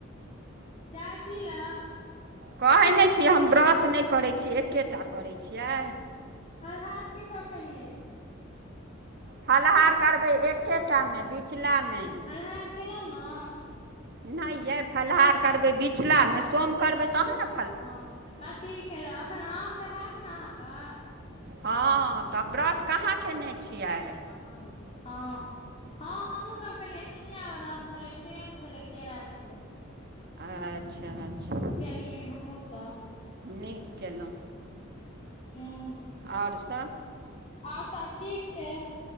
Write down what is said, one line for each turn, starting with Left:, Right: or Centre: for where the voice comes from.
Left: चाय पीलउ
Right: कहै नहि छी हम व्रत नै करै छी एकेटा करै छियै
Left: फलहार कि सब केलियै
Right: फलहार करबे एकेटामे बिचलामे
Left: फलहार केलउ न
Right: नै ये फलहार करबै बिचलामे सोम करबै तहन न
Left: ह कथी केलौ एखन आम तऽ हैत ने अहाँके
Right: हँ तऽ व्रत कहाँ केने छियै
Left: अच्छा तऽ आम ह ह हमहुँ सब केेलिय चिनियाबदाम छलै सेब छलै केरा छलै
Right: अच्छा अच्छा
Left: केलियै हमहू सब
Right: नीक केलउ
Left: <inaudible>
Right: और सब
Left: आर सब ठीक छै।